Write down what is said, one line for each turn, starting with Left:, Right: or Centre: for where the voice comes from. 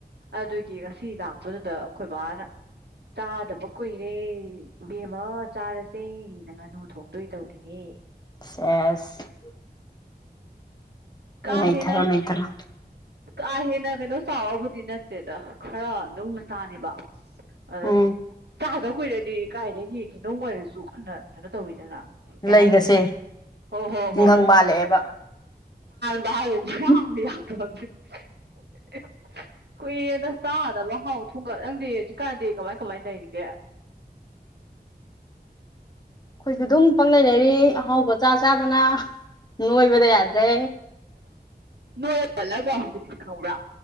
Right: ꯑꯗꯨꯒꯤ ꯉꯁꯤ ꯂꯥꯛꯄꯗꯨꯗ ꯑꯩꯈꯣꯏ ꯕꯥꯅ ꯆꯥꯗꯕ ꯀꯨꯏꯔꯦ ꯏꯕꯦꯝꯃ ꯆꯥꯔꯖꯦ ꯅ ꯉꯥꯅꯨ ꯊꯣꯡꯗꯣꯏ ꯇꯧꯔꯤꯌꯦ
Left: ꯁꯦꯁ
Right: ꯀꯥꯍꯦꯟꯅ
Left: ꯅꯩꯊꯔꯣ ꯅꯩꯊꯔꯣ
Right: ꯀꯥꯍꯦꯟꯅ ꯀꯩꯅꯣ ꯆꯥꯎꯕꯕꯨꯗꯤ ꯅꯥꯠ ꯇꯦꯗꯥ ꯈꯔ ꯑꯗꯨꯝ ꯝꯆꯥꯅꯦꯕ ꯑꯗ
Left: ꯎꯝ
Right: ꯆꯥꯏ ꯎꯗꯥ ꯀꯨꯏꯔꯗꯤ ꯀꯥꯏꯗꯒꯤ ꯀꯩꯅꯣꯝ ꯑꯣꯏꯔꯁꯨ ꯀꯟꯅ ꯀꯩꯅꯣ ꯇꯧꯏ ꯑꯗꯨꯅ ꯀꯩ
Left: ꯂꯩꯒꯁꯦ
Right: ꯍꯥꯏꯅꯤ ꯍꯣ ꯍꯣ
Left: ꯇꯤꯡꯈꯪ
Right: ꯍꯣꯏ
Left: ꯄꯥꯜꯂꯛꯑꯦꯕ
Right: <unintelligible>
Left: ꯑꯩꯈꯣꯏꯁꯨ
Right: ꯀꯨꯏꯔꯦꯗ ꯆꯥꯗꯕ ꯑꯍꯥꯎ ꯑꯊꯨꯝꯒ ꯅꯪꯗꯤ ꯍꯧꯖꯤꯛꯀꯥꯟꯗꯤ ꯀꯃꯥꯏ ꯀꯃꯥꯏ ꯂꯩꯔꯤꯒꯦ ꯎꯝ <inaudible>
Left: ꯑꯩꯈꯣꯏꯖꯨ ꯑꯗꯨꯝ ꯄꯪꯂꯩ ꯂꯩꯔꯤ ꯑꯍꯥꯎꯕ ꯆꯥ ꯆꯥꯗꯨꯅ ꯅꯣꯏꯕꯗ ꯌꯥꯗ꯭ꯔꯦ
Right: ꯅꯣꯏ ꯄꯥꯜꯂꯒ ꯍꯧꯖꯤꯛꯁꯦ ꯈꯪꯕ꯭ꯔꯥ